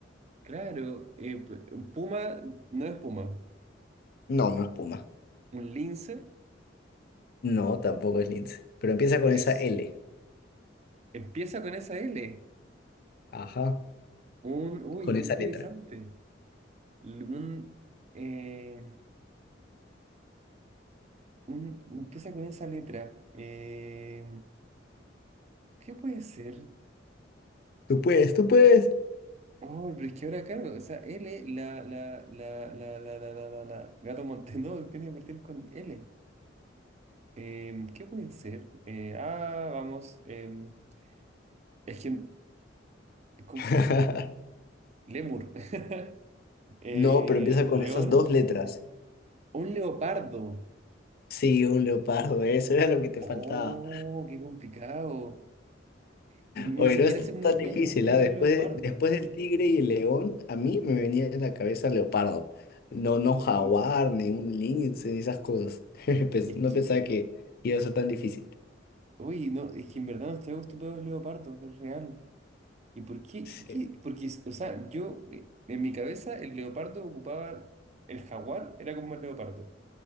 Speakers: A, on the right; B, on the left.
A: claro, eh, p- un puma no es puma,
B: No, no es puma.
A: un lince
B: No, tampoco es Lince. Pero empieza con
A: es,
B: esa L.
A: empieza con esa L.
B: Ajá,
A: Un, uy,
B: con
A: qué
B: esa
A: interesante.
B: letra.
A: L- Un, eh, un- empieza con esa letra. Eh, ¿qué puede ser?
B: Tú puedes, tú puedes.
A: Oh, pero es que ahora, claro, o sea, L, la, la, la, la, la, la, la, la, la- Gato Montenegro <laughs> tiene que partir con L. Em, ¿qué puede ser? Eh, ah, vamos, em, es que, ¿cómo
B: <laughs>
A: con L? Lemur. <laughs> Eh,
B: No, pero empieza con
A: león,
B: esas dos letras.
A: un leopardo.
B: Sí, un leopardo, eso era lo que te
A: Oh,
B: faltaba.
A: qué complicado. Ni
B: Oye,
A: siquiera
B: no es
A: sé muy
B: tan
A: bien
B: difícil,
A: dónde están
B: ¿ah?
A: los
B: Después,
A: leopardos.
B: después del tigre y el león, a mí me venía en la cabeza leopardo. No, no jaguar,
A: Eh,
B: ni un lince, ni esas cosas. <laughs> Pens-
A: Es
B: No
A: que,
B: pensaba que iba a ser tan difícil.
A: uy, no, es que en verdad no estoy acostumbrado a los leopardos, es real. ¿Y por qué?
B: Sí.
A: qué- qué? Porque, o sea, yo, eh, en mi cabeza, el leopardo ocupaba, el jaguar era como el leopardo.